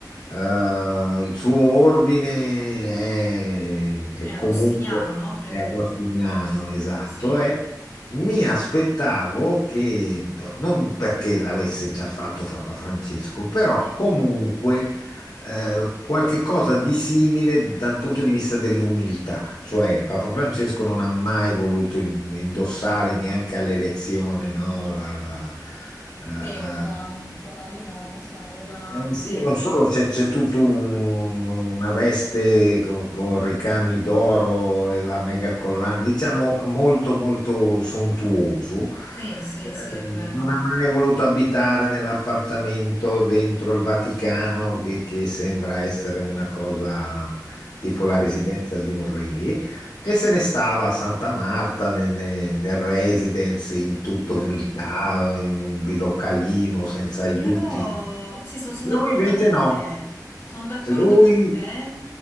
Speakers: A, on the left; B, on the left.
A: Eh, il suo ordine è, è
B: È agostiniano,
A: comunque
B: no? Credo.
A: è agostiniano, esatto,
B: Sì,
A: è mi aspettavo che, no- non perché l'avesse già fatto Papa Francesco, però
B: sì.
A: comunque eh, qualche cosa di simile dal punto di vista dell'umiltà, cioè Papa Francesco non ha mai voluto in- indossare neanche all'elezione, no, la- la- eh,
B: Sì, è
A: eh,
B: la mm, papalina, la- come si chiama? Quella...
A: eh, sì,
B: Sì.
A: non solo, c'è c'è tutta una veste co- con, ricami d'oro e la mega collana, diciamo molto molto sontuoso.
B: Sì, sì,
A: Eh,
B: sì, è
A: non
B: vero.
A: ha mai voluto abitare nell'appartamento dentro il Vaticano, che, che sembra essere una cosa tipo
B: Mm,
A: la residenza di un re, e se ne stava a Santa Marta, ne- ne- nel, residence, in tutta
B: mm.
A: umiltà, in un bilocalino, senza aiuti.
B: Però sì, so- sono
A: Lui
B: d'accordo
A: invece
B: con
A: no,
B: te, sono d'accordo
A: lui...
B: con te,